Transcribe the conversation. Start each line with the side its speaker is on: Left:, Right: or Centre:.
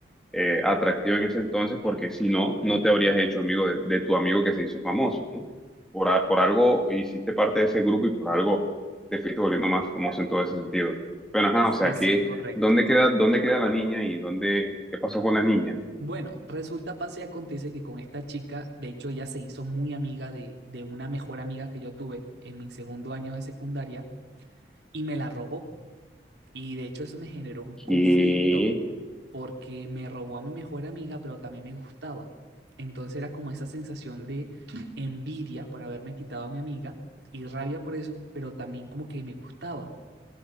Centre: eh, atractiva en ese entonces, porque si no, no te habrías hecho amigo de, de tu amigo que se hizo famoso, ¿no? Por, a- por algo hiciste parte de ese grupo y por algo te fuiste volviendo más famoso en todo ese sentido. Pero ajá,
Right: Sí,
Centre: o sea, que
Right: sí, correcto,
Centre: dónde
Right: correcto.
Centre: queda, dónde queda la niña y dónde, qué pasó con la niña?
Right: Bueno, resulta, pase y acontece que con esta chica, de hecho ella se hizo muy amiga de, de una mejor amiga que yo tuve en mi segundo año de secundaria y me la robó. Y de hecho eso me generó un
Centre: Qué
Right: conflicto porque me robó a mi mejor amiga, pero también me gustaba. Entonces era como esa sensación de envidia por haberme quitado a mi amiga y rabia por eso, pero también como que me gustaba.